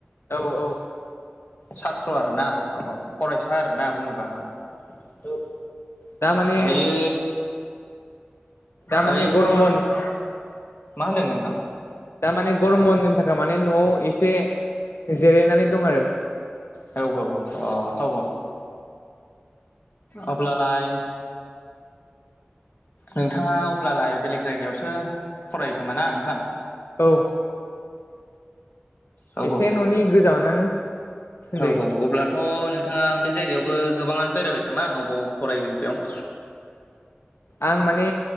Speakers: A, on the left; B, on the left.
A: औ औ
B: साथ्र' आरो ना औ औ फरायसा आरोना बुङोबा औ
A: दा माने
B: दायो
A: दा
B: दायोथ'
A: माने गरम बन्द
B: नोंथां मा होनदों नोंथां
A: दा माने गरम बन्दनि थाखाय माने न'आव एसे जिरायनानै दं आरो
B: औ औ औ अ औ अब्लालाइ नोंथाङा अब्लालाय बेलेग जायगायावसो फरायो खोमा ना नोंथां?
A: औ
B: औ
A: एसे न'नि गोजानानो होनजायो
B: औ औ अब्लाथ' नोंथाङा बे जायगायावबो गोबाङानो बेरायबाय खोमा अबाव फरायो बेयाव
A: आं माने